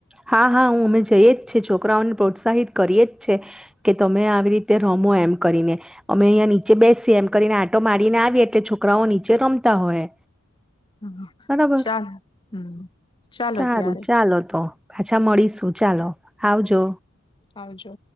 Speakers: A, in the centre; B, on the left.
A: હા, હા, હું અમે જઈએ જ છે, છોકરાઓને પ્રોત્સાહિત કરીએ જ છે કે તમે આવી રીતે તે રમો એમ કરીને, અમે અહીંયા નીચે બેસીએ એમ કરીને આંટો મારીને આવીએ એટલે છોકરાઓ નીચે રમતા હોય
B: હા
A: બરાબર,
B: ચાલ હમ ચાલો
A: સારું,
B: ત્યારે
A: ચાલો તો મળીશું, ચાલો આવજો
B: આવાજો